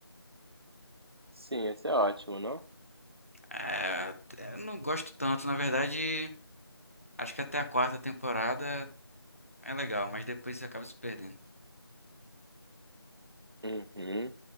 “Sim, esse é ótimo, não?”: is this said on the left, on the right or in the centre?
Right